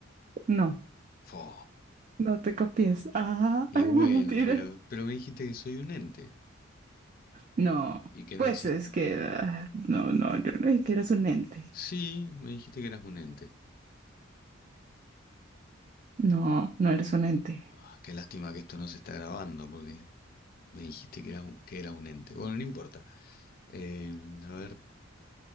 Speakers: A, on the right; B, on the left.
A: No,
B: Fo.
A: no te copies. Ah,
B: Y
A: <laughs> mentira.
B: bueno, pero, pero me dijiste que soy un ente
A: No,
B: y que
A: pues
B: no existe.
A: es que... ah, no, no, yo no dije que eres un ente.
B: Sí, me dijiste que eras un ente.
A: No, no eres un ente.
B: Ah, qué lástima que esto no se está grabando porque me dijiste que eras un- que era un ente. Bueno, no importa. Eh, a ver.